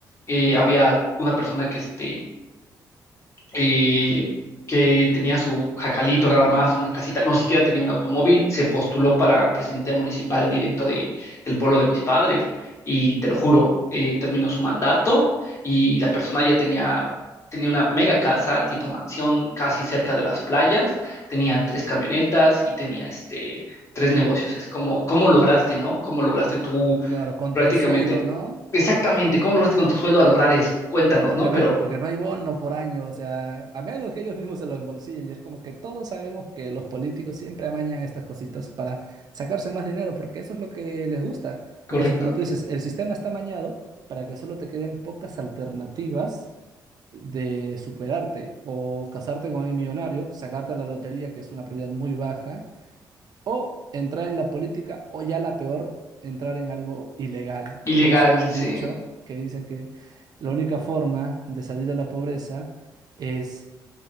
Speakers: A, on the left; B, on the right.
A: Eh, había una persona que, este, eh, que tenía su jacalito nada más, una casita, no siquiera tenía un automóvil, se postuló para presidente municipal directo de, del pueblo de mis padres. Y te lo juro, eh, terminó su mandato y la persona ya tenía, tenía una mega casa tipo mansión casi cerca de las playas, tenía tres camionetas y tenía este, tres negocios. Es como, ¿cómo lograste, no? ¿Cómo lograste tú
B: claro, con
A: prácticamente,
B: tu sueldo, ¿no?
A: exactamente, cómo lograste con tu sueldo a lograr eso? Cuéntanos,
B: Porque
A: ¿no?
B: no
A: Pero
B: hay, porque no hay bono por año, o sea, a menos que ellos mismos se lo embolsillen. Y es como que todos sabemos que los políticos siempre amañan estas cositas para sacarse más dinero, porque eso es lo que les gusta.
A: correcto.
B: Entonces, como tú dices, el sistema está amañado para que solo te queden pocas alternativas de superarte o casarte con alguien millonario, sacarte la lotería, que es una probabilidad muy baja, o entrar en la política, o ya la peor, entrar en algo ilegal.
A: Ilegal,
B: Por eso hay un
A: sí.
B: dicho que dicen que la única forma de salir de la pobreza es